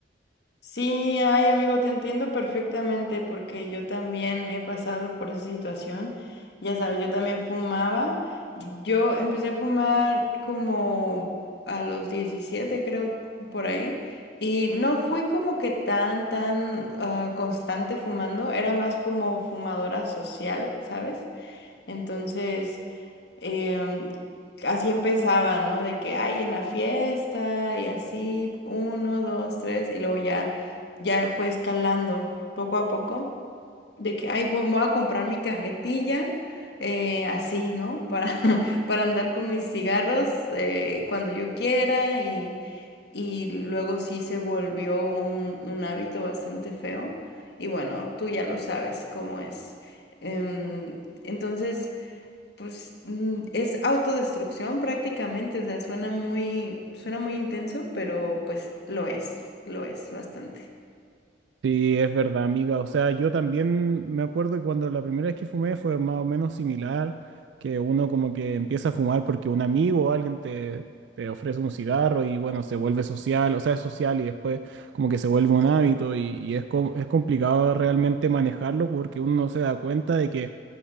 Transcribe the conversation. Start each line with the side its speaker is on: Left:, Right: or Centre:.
Left: Sí, ay amigo, te entiendo perfectamente porque yo también he pasado por esa situación. Ya sabes, yo también fumaba. Yo empecé a fumar como a los 17, creo, por ahí. Y no fui como que tan, tan ah, constante fumando. Era más como fumadora social, ¿sabes? Entonces, em, así empezaba, ¿no? De que hay en la fiesta y así, uno, dos, tres, y luego ya, ya fue escalando poco a poco, de que, ay, voy, me voy a comprar mi cajetilla, eh, así, ¿no? Para, <laughs> para andar con mis cigarros eh, cuando yo quiera y, y luego sí se volvió un, un hábito bastante feo. Y bueno, tú ya lo sabes cómo es. Em, entonces... Pues mm, es autodestrucción prácticamente, o sea, suena muy, suena muy intenso, pero pues lo es, lo es bastante.
Right: Sí, es verdad, amiga. O sea, yo también me acuerdo que cuando la primera vez que fumé fue más o menos similar, que uno como que empieza a fumar porque un amigo o alguien te, te ofrece un cigarro y bueno, se vuelve social, o sea, es social y después como que se vuelve un hábito y, y es, com- es complicado realmente manejarlo porque uno no se da cuenta de que